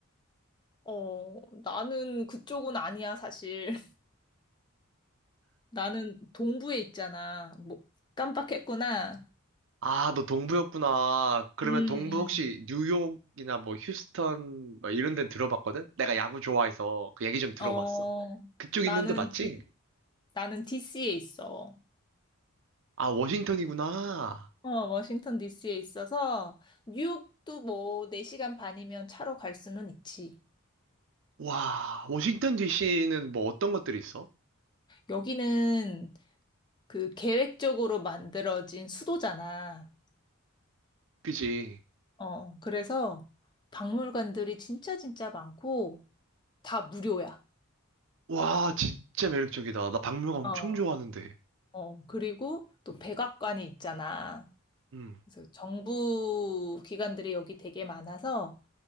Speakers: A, on the left (about 20°); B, on the right (about 60°).
A: 어, 나는 그쪽은 아니야, 사실. <laughs> 나는 동부에 있잖아. 뭐 깜빡했구나.
B: 아, 너 동부였구나. 그러면
A: 음,
B: 동부
A: 음.
B: 혹시 뉴욕이나 뭐 휴스턴 뭐 이런 데 들어봤거든? 내가 야구 좋아해서 그 얘기 좀 들어봤어.
A: 어.
B: 그쪽
A: 나는
B: 있는데 맞지?
A: 지, 나는 DC에 있어.
B: 아, 워싱턴이구나.
A: 어, 워싱턴 DC에 있어서 뉴욕도 뭐 4시간 반이면 차로 갈 수는 있지.
B: 와, 워싱턴 DC는 뭐 어떤 것들이 있어?
A: 여기는 그 계획적으로 만들어진 수도잖아.
B: 그지?
A: 어, 그래서 박물관들이 진짜 진짜 많고 다 무료야.
B: 와, 진짜 매력적이다. 나 박물관 엄청
A: 어,
B: 좋아하는데.
A: 어, 그리고 또 백악관이 있잖아.
B: 음.
A: 그래서 정부 기관들이 여기 되게 많아서